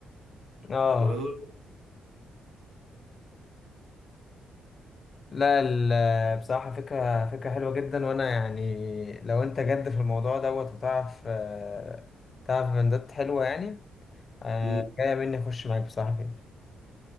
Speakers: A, on the left; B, on the right.
A: اه
B: ولا ده
A: لا ال- بصراحة فكرة فكرة حلوة جدا وأنا يعني لو أنت جد في الموضوع دوت وتعرف آه، تعرف بندات حلوة يعني آه،
B: امم
A: جاية مني أخش معاك بصراحة فيه